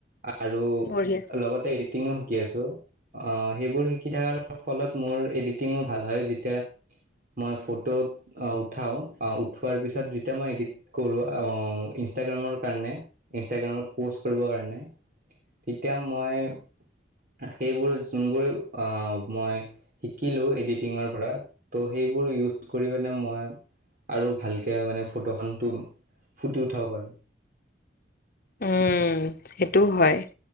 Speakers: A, on the right (about 50°); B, on the left (about 50°).
A: আৰু
B: বঢ়িয়া।
A: লগতে এডিটিঙো শিকি আছোঁ। <unintelligible> সেইবোৰ শিকি থকাৰ ফলত মোৰ এডিটিঙো ভাল হয় যেতিয়া মই ফটোত উঠাও, উঠোৱাৰ পিছত যেতিয়া মই এডিট কৰোঁ ইনষ্টাগ্ৰামৰ কাৰণে ইনষ্টাগ্ৰামত পোষ্ট কৰিবৰ কাৰণে, তেতিয়া মই সেইবোৰ যোনবোৰে অ' মই শিকিলোঁ এডিটিঙৰ পৰা, ত' সেইবোৰ ইউজ কৰি পিনে মই আৰু ভালকে মানে ফটোখনটো ফুটি উঠাব পাৰোঁ।
B: উম, সেইটোও হয়।